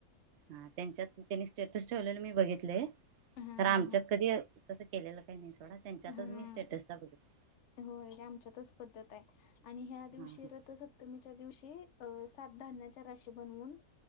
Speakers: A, on the right; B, on the left.
A: हा त्यांच्यात त्यांनी स्टेटस ठेवलेलं मी बघितलंय
B: हा
A: तर आमच्यात
B: हा
A: कधी कसं केलेलं काही नाही त्यांच्यातच
B: हा हा
A: मी स्टेटसला बघितला
B: होय आमच्यातच पद्धत आहे आणि ह्या दिवशी
A: हा हा
B: रथसप्तमीच्या दिवशी अ सात धान्याच्या राशी बनवून